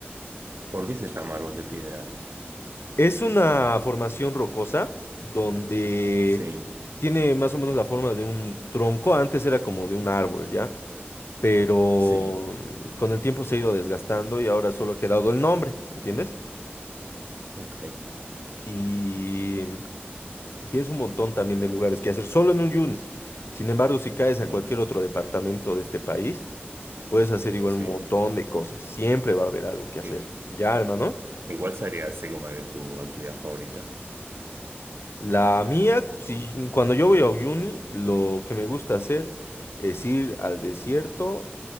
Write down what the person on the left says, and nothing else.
Es una formación rocosa donde
tiene más o menos la forma de un tronco, antes era como de un árbol, ¿ya? Pero
mm, con el tiempo se ha ido desgastando y ahora solo ha quedado el nombre, ¿entiendes?
Y
Tienes un montón también de lugares que hacer solo en un uni. Sin embargo, si caes
a cualquier
otro departamento de este país, puedes hacer igual
un montón de cosas. Siempre va a haber algo que hacer.
Ya, hermano.
La mía, si, cuando yo voy a uni, lo que me gusta hacer es ir al desierto,